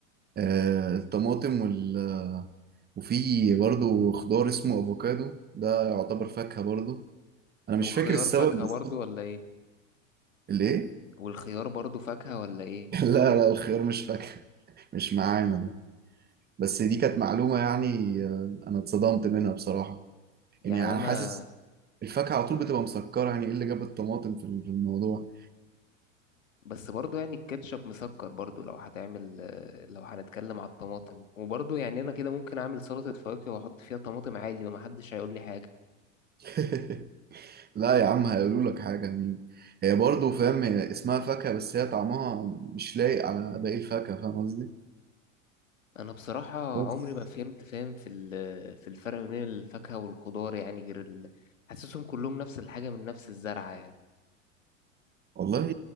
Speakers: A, on the right (about 25°); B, on the left (about 75°).
A: آه الطماطم وال... وفي برضو خضار اسمه أفوكادو ده يعتبر فاكهة برضو أنا مش
B: والخيار
A: فاكر السبب
B: فاكهة
A: بالظبط
B: برضو ولا ايه
A: ليه؟
B: والخيار برضو فاكهة ولا ايه
A: <laughs> لا لا الخيار مش فاكهة مش معانا بس دي كانت معلومة يعني آه، أنا اتصدمت منها بصراحة يعني
B: يعني
A: أنا
B: انا
A: حاسس الفاكهة على طول بتبقى مسكرة يعني إيه اللي جاب الطماطم في ال- في الموضوع
B: بس برضو يعني الكاتشب مسكر برضو لو هتعمل لو هنتكلم على الطماطم وبرضو يعني انا كده ممكن اعمل سلطة فواكه واحط فيها طماطم عادي ومحدش هيقول لي حاجة
A: <laughs> لا يا عم هيقولوا لك حاجة يعني هي برضه فاهم هي اسمها فاكهة بس هي طعمها مش لايق على باقي الفاكهة فاهم قصدي؟
B: انا بصراحه
A: بس
B: عمري ما فهمت فاهم في ال- في الفرق ما بين الفاكهه والخضار يعني غير ال... حاسسهم كلهم نفس الحاجه من نفس الزرعه يعني
A: والله